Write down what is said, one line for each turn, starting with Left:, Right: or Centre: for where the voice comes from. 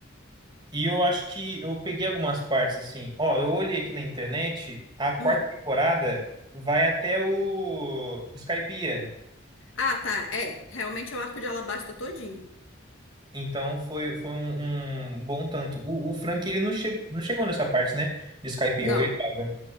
Right: e eu acho que eu peguei algumas partes assim. Ó, eu olhei aqui na internet, a quarta
Left: hum.
Right: temporada vai até o Skypiea.
Left: Ah, tá, é, realmente é o arco de Alabasta todinho.
Right: Então foi, foi um, um bom tanto. O, o Frank ele não, che, não chegou nessa parte, né? De Skypiea,
Left: Não.
Right: ou ele tava.